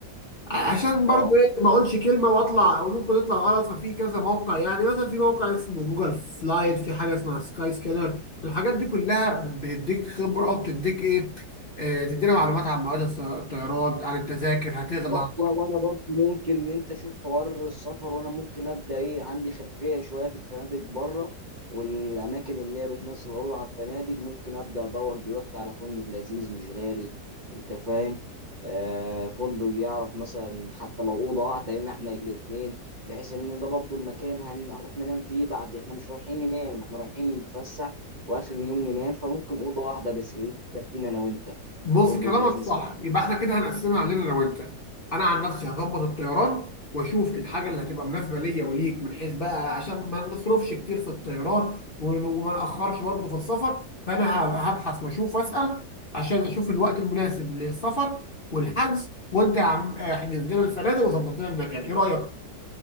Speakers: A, on the left (about 40°); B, on the right (about 35°).
A: عشان
B: اه
A: برضو ايه ما اقولش كلمه واطلع او ممكن تطلع غلط ففي كذا موقع يعني مثلا في موقع اسمه جوجل سلايد في حاجه اسمها سكاي سكانر الحاجات دي كلها بتديك خبره وبتديك ايه آه، تدينا معلومات عن مواعيد الس- الطيران عن التذاكر هتغلى
B: و- وانا برضه ممكن ان انت شوف حوار السفر وانا ممكن ابدا ايه عندي خلفيه شويه في الفنادق بره والاماكن اللي هي بتنزل عروض على الفنادق ممكن ابدا ادور دلوقتي على فندق لذيذ مش غالي انت فاهم آه فندق يعرف مثلا حتى لو اوضه واحده لنا احنا الاثنين بحيث ان ده برضو المكان هن- هنروح ننام فيه بعد احنا مش رايحين ننام احنا رايحين نتفسح واخر اليوم ننام فممكن اوضه واحده بس تكفينا انا وانت
A: بص
B: في فندق
A: كلامك
B: لذيذ
A: صح يبقى احنا كده هنقسمها علينا انا وانت انا عن نفسي هظبط الطيران واشوف الحاجه اللي هتبقى مناسبه ليا وليك من حيث بقى عشان ما نصرفش كتير في الطيران ون- وما ناخرش برضه في السفر فانا ه- هبحث واشوف واسال عشان اشوف الوقت المناسب للسفر والحجز وانت يا عم احجز لنا الفنادق وظبط لنا المكان ايه رايك؟